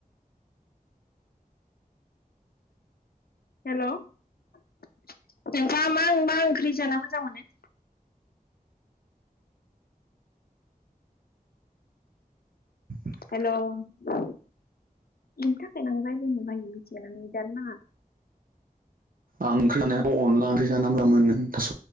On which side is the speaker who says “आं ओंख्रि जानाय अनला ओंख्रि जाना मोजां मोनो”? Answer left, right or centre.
Right